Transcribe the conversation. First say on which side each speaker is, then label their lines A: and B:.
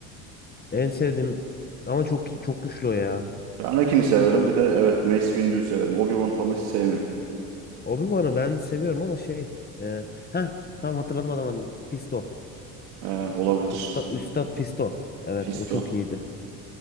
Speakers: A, on the left; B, on the right.
A: En sevdiğim ama çok çok güçlü o ya.
B: Ben Anakin'i severim. Bir de evet Mace Windu'yu severim. Obi-Wan falan hiç sevmiyorum.
A: Obi-Wan'ı ben seviyorum ama şey e, heh, tam hatırladım adamın adını. Fisto.
B: He, olabilir.
A: Usta, Üstad Fisto. Evet
B: Fisto.
A: o çok iyiydi.